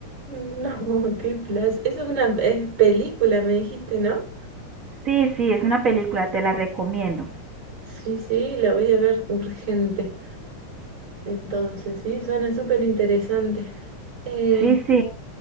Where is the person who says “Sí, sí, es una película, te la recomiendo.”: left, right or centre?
Right